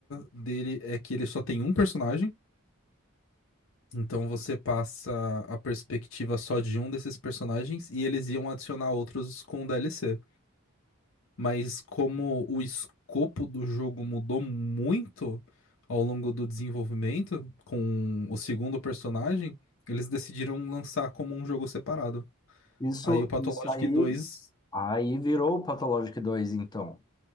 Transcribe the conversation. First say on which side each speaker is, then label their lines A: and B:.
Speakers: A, on the left (about 70°); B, on the left (about 20°).
A: dele é que ele só tem um personagem, então você passa a perspectiva só de um desses personagens e eles iam adicionar outros com o DLC. Mas como o escopo do jogo mudou muito ao longo do desenvolvimento com o segundo personagem, eles decidiram lançar como um jogo separado.
B: Isso,
A: Aí o Pathologic
B: isso aí,
A: Dois
B: aí virou o Pathologic dois então.